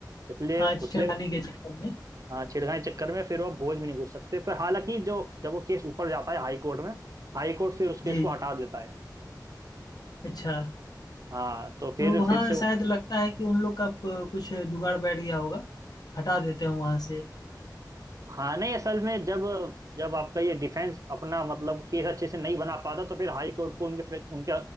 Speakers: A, on the right; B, on the left.
A: इसलिए
B: हाँ
A: उसले
B: छेड़खानी के चक्कर में
A: हाँ छेड़खानी के चक्कर में फिर वो भोज में नहीं घुस सकते फिर हालांकि जो जब वो केस ऊपर जाता है हाई कोर्ट में हाई कोर्ट फिर उस केस
B: जी
A: को
B: जी
A: हटा देता है
B: अच्छा
A: हाँ तो फिर
B: तो वहाँ
A: फिर से
B: शायद लगता है कि उन लोग का प- कुछ जुगाड़ बैठ गया होगा हटा देते हैं वहाँ से
A: हाँ नहीं असल में जब जब आपका ये डिफेंस अपना मतलब केस अच्छे से नहीं बना पाता तो फिर हाई कोर्ट को उनके फे- उनके